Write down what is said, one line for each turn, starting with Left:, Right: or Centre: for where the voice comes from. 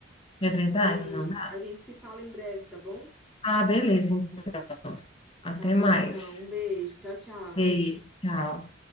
Left: É verdade,
Centre: E
Left: não dá?
Centre: a gente se fala em breve, tá bom?
Left: Ah, beleza. então. Até
Centre: Tá bom,
Left: mais.
Centre: então. Um beijo. Tchau, tchau.
Left: Beijo, tchau.